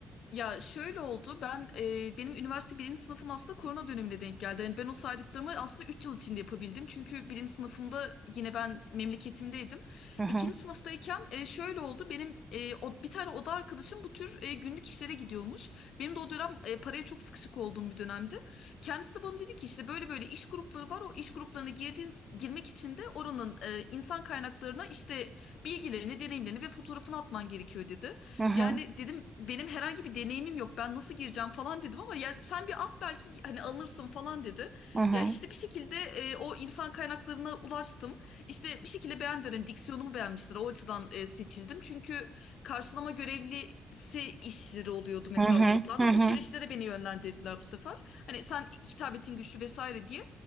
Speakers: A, on the left; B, on the right.
A: Ya şöyle oldu ben e, benim üniversite birinci sınıfım aslında korona dönemine denk geldi. Yani ben o saydıklarımı aslında 3 yıl içinde yapabildim. Çünkü birinci sınıfımda yine ben memleketimdeydim.
B: Hı hı,
A: İkinci sınıftayken e, şöyle oldu benim e, o, bir tane oda arkadaşım bu tür e, günlük işlere gidiyormuş. Benim de o dönem e, paraya çok sıkışık olduğum bir dönemdi. Kendisi de bana dedi ki işte böyle böyle iş grupları var. O iş gruplarına girdiğin, girmek için de oranın e, insan kaynaklarına işte bilgilerini, deneyimlerini ve fotoğrafını atman gerekiyor dedi.
B: hı hı,
A: Yani dedim benim herhangi bir deneyimim yok. Ben nasıl gireceğim falan dedim ama ya sen bir at belki hani alınırsın falan dedi.
B: hı hı,
A: Ya işte bir şekilde e, o insan kaynaklarına ulaştım. İşte bir şekilde beğendiler. Hani diksiyonumu beğenmişler. O açıdan e, seçildim. Çünkü karşılama görevlisi işleri oluyordu mesela
B: hı hı,
A: o gruplarda.
B: hı
A: O
B: hı,
A: tür işlere beni yönlendirdiler bu sefer. Hani sen hitabetin güçlü vesaire diye.